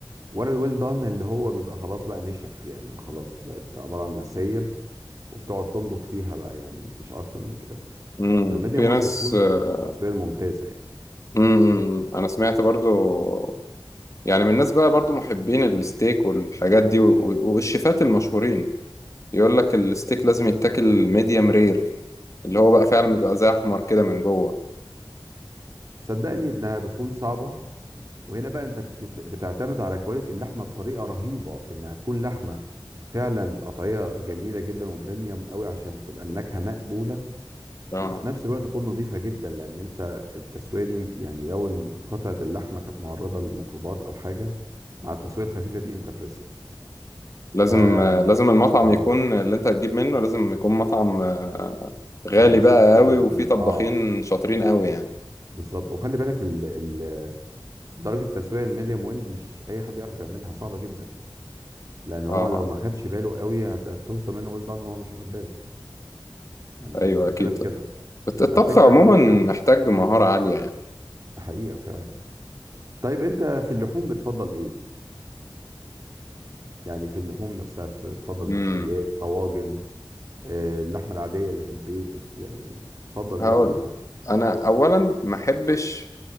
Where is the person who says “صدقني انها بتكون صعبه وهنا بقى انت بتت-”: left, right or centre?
Right